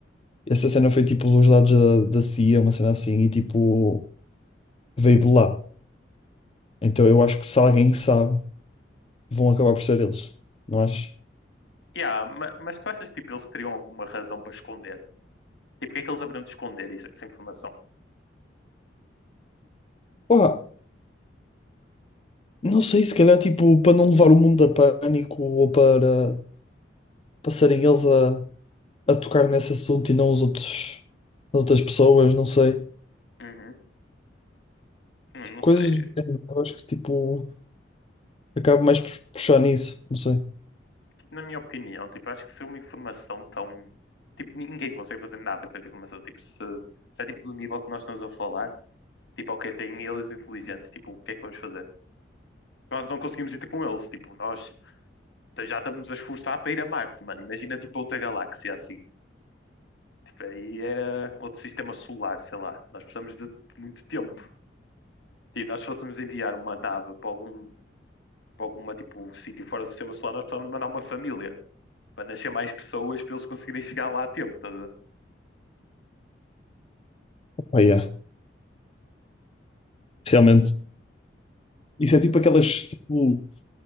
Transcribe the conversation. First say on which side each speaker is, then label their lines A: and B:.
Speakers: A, on the left (about 35°); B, on the left (about 80°).
A: essa cena foi tipo dos dados da, da CIA, uma cena assim, e tipo, veio de lá. Então eu acho que se alguém sabe, vão acabar por ser eles, não acho?
B: Yeah, ma- mas tu achas que, tipo, eles teriam alguma razão para esconder? Tipo, o que é que eles haveriam de esconder isso- essa informação?
A: Pá, não sei, se calhar tipo, para não levar o mundo a pânico ou para passarem eles a, a tocar nesse assunto e não os outros, as outras pessoas, não sei.
B: Uhum. Hum,
A: Tipo,
B: Não
A: coisas
B: sei.
A: do género, eu acho que tipo. Acabo mais por puxar nisso, não sei.
B: Tipo, na minha opinião, tipo, acho que se é uma informação tão... Tipo, ninguém consegue fazer nada com essa informação. Tipo, se, se é, tipo, do nível que nós estamos a falar, tipo, ok, tem aliens inteligentes, tipo, o que é que vamos fazer? Nós não conseguimos ir ter com eles, tipo, nós Então já estamos a esforçar para ir a Marte, mano. Imagina tipo outra galáxia assim. Tipo, aí era outro sistema solar, sei lá. Nós precisamos de muito tempo. E nós fôssemos enviar uma nave para algum para alguma tipo sítio fora do sistema solar, nós precisávamos mandar uma família para nascer mais pessoas para eles conseguirem chegar lá a tempo, tá? a ver?
A: Oh, yeah. Realmente. Isso é tipo aquelas, tipo...